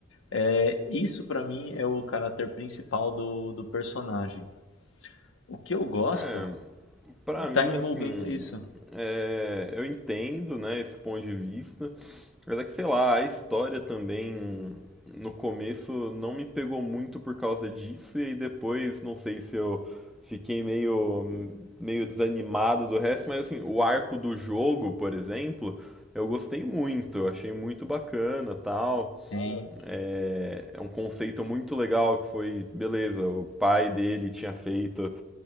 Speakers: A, on the left; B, in the centre.
A: É, isso pra mim é o caráter principal do, do personagem. O que eu gosto
B: é, Pra mim,
A: tá envolvendo
B: assim,
A: isso.
B: é, eu entendo, né, esse ponto de vista, mas é que, sei lá, a história também no começo não me pegou muito por causa disso, e aí depois, não sei se eu fiquei meio, meio desanimado do resto, mas assim, o arco do jogo, por exemplo, eu gostei muito, eu achei muito bacana, tal.
A: Sim.
B: É, é um conceito muito legal que foi, beleza, o pai dele tinha feito